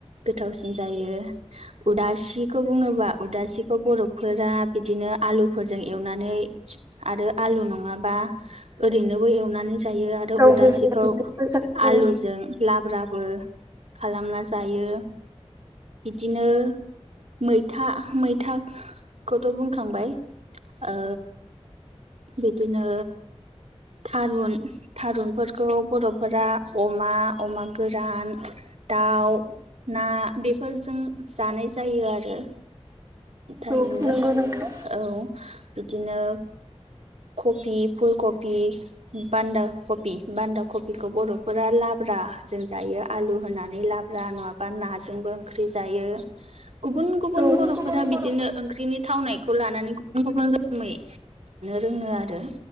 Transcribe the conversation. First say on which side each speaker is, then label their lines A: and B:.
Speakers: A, on the right (about 75°); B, on the right (about 25°).
A: गोथावसिन जायो उदासिखौ बुङोबा उदासिखौ बर'फोरा बिदिनो आलुफोरजों एवनानै आरो आलु नङाबा ओरैनोबो एवनानै जायो आरो आरो
B: गाव
A: उदासिखौ
B: गोजा औ
A: आलुजों
B: औ
A: लाब्राबो खालामना जायो बिदिनो मैथा मैथाखौथ' बुंखांबाय ओ बिदिनो थारुन थारुनफोरखौ बर'फोरा अमा अमा गोरान दाउ ना बेफोरजों जानाय जायो आरो थारैनो
B: औ नंगौ नोंथां
A: औ बिदिनो कफि फुलकपि बानदाखपि बानदा कबिखौ बर'फोरा लाब्रा जों जायो आलु होनानै लाब्रा नङाबा नाजोंबो ओंख्रि जायो गुबुन गुबुन
B: औ
A: बर'फोरा
B: गुबुन
A: बिदिनो
B: बर'फोर
A: ओंख्रिनि थावनाय खौ लानानै गुबुन गुबुन रोखोमै लानो रोङो आरो